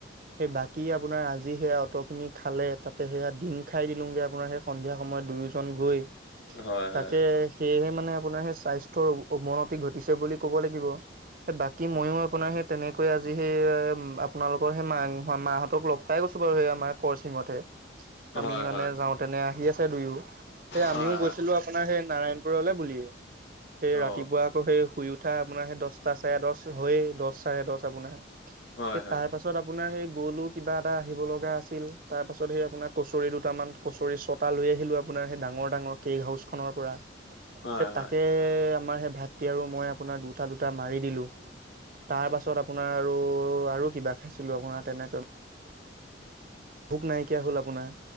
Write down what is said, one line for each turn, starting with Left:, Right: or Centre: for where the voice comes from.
Right: সেই বাকী আপোনাৰ আজি সেয়া অট' খিনি খালে তাতে সেয়া দিম খাই দিলোংগে আপোনাৰ সেই সন্ধিয়া সময়ত দুয়োজন গৈ,
Left: হয় হয়
Right: তাকে সেয়েহে মানে আপোনাৰ সেই স্বাস্থ্যৰ অৱনতি ঘটিছে বুলি ক'ব লাগিব বাকী ময়ো আপোনাৰ সেই তেনেকৈ আজি সেই আপোনালোকৰ সেই মা মাহতক লগ পাই গৈছোঁ বাৰু সেই আমাৰ কৰচিঙতে। আমি
Left: হয়
Right: মানে
Left: হয়
Right: যাওঁতেনে আহি আছে দুয়ো, হে আমিও
Left: হয় হয়
Right: গৈছিলোঁ আপোনাৰ সে নাৰায়ণপুৰলে বুলিয়ে। সেই
Left: অ
Right: ৰাতিপুৱা আকৌ সে আপোনাৰ সেই দহ চাৰে দহ হৈয়ে দহ চাৰে দহ আপোনাৰ, সেই
Left: হয় হয়
Right: তাৰ পাছত ত পাছত আপোনাৰ সেই গলো কিবা এটা আহিব লগা আছিল, তাৰ পাছত সেই আপোনাৰ কচৰি দুটামান কচৰি চট লৈ আহিলোঁ আপোনাৰ সেই ডাঙৰ-ডাঙৰ কেক হাউচখনৰ পৰা।
Left: হয়
Right: তাকে
Left: হয়
Right: আমাৰ সেই ভাতটি আৰু মই আপোনাৰ দুটা-দুটা মাৰি দিলোঁ। তাৰ পাছত আপোনাৰ আৰু-আৰু কিবা খাইছিলোঁ আপোনাৰ তেনেকৈ
Left: <unintelligible>
Right: ভোক নাইকিয়া হ'ল আপোনাৰ।